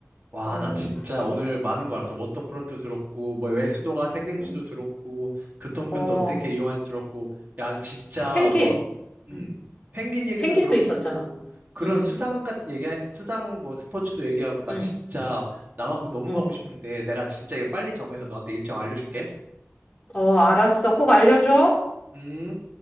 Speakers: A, on the right; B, on the left.
A: 와,
B: 어,
A: 나 진짜
B: 그,
A: 오늘 많은 거 알았어. 워터프론트 들었고, 뭐, 왜 수도가 색인지도
B: 응.
A: 들었고, 교통편도
B: 어,
A: 어떻게 이용하는지 들었고, 야, 진짜
B: 펭귄.
A: 너, 음,
B: 응.
A: 펭귄 얘기도
B: 펭귄도
A: 들었고,
B: 있었잖아.
A: 그런
B: 응,
A: 수상 같은 얘기, 수상 뭐 스포츠도 얘기하고, 나
B: 응,
A: 진짜 남하고 너무
B: 응.
A: 가고 싶은데, 내가 진짜 이거 빨리 정해서 너한테 일정 알려줄게.
B: 어, 알았어. 꼭 알려줘.
A: 음.